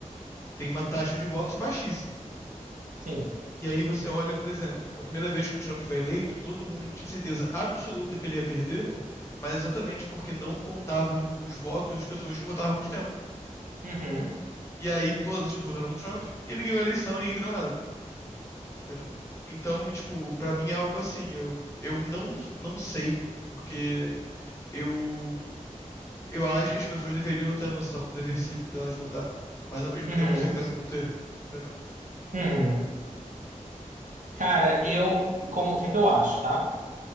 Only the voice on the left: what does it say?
tem uma taxa de votos baixíssima.
E aí você olha, por exemplo, a primeira vez que o Trump foi eleito, todo mundo tinha certeza absoluta que ele ia perder, mas exatamente porque não contavam os votos das pessoas que não votaram há muito tempo.
E aí todas as pessoas votaram no Trump e ele ganhou a eleição e ninguém entendeu nada, entendeu? Então, tipo, pra mim é algo assim, eu, eu não, não sei, porque eu Eu acho que as pessoas deveriam ter a noção do deversivo delas votar. Mas ao mesmo
tempo eu sei que elas não vão ter. Entendeu?